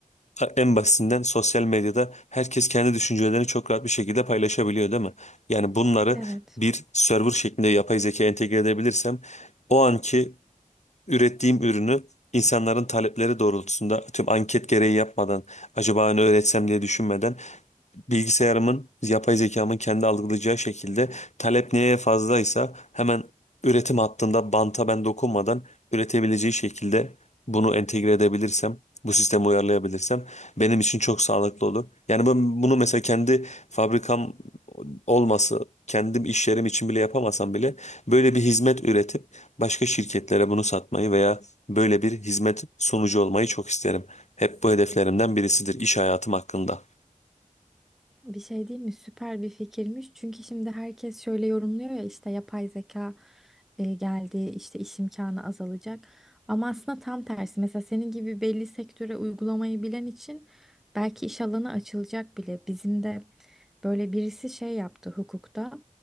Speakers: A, on the left (about 55°); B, in the centre.
A: e, en basitinden sosyal medyada herkes kendi düşüncelerini çok rahat bir şekilde paylaşabiliyor değil mi? Yani bunları
B: Evet.
A: bir server şeklinde yapay zeka entegre edebilirsem o anki ürettiğim ürünü insanların talepleri doğrultusunda tüm anket gereği yapmadan acaba ne öğretsem diye düşünmeden bilgisayarımın, yapay zekamın kendi algılayacağı şekilde talep neye fazlaysa hemen üretim hattında banta ben dokunmadan üretebileceği şekilde bunu entegre edebilirsem, bu sisteme uyarlayabilirsem benim için çok sağlıklı olur. Yani ben bunu mesela kendi fabrikam olması, kendim iş yerim için bile yapamasam bile böyle bir hizmet üretip başka şirketlere bunu satmayı veya böyle bir hizmet sunucu olmayı çok isterim. Hep bu hedeflerimden birisidir iş hayatım hakkında.
B: Bir şey değil mi? Süper bir fikirmiş. Çünkü şimdi herkes şöyle yorumluyor ya işte yapay zeka e, geldi, işte iş imkanı azalacak. Ama aslında tam tersi. Mesela senin gibi belli sektöre uygulamayı bilen için belki iş alanı açılacak bile. Bizim de böyle birisi şey yaptı hukukta.